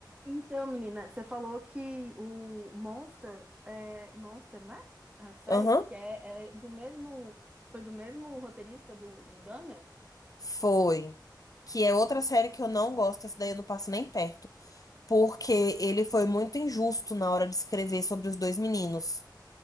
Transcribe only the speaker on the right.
Então, menina, você falou que o Monster é Monster, né? A série
que é, é do mesmo foi do mesmo roteirista do, do Dahmer?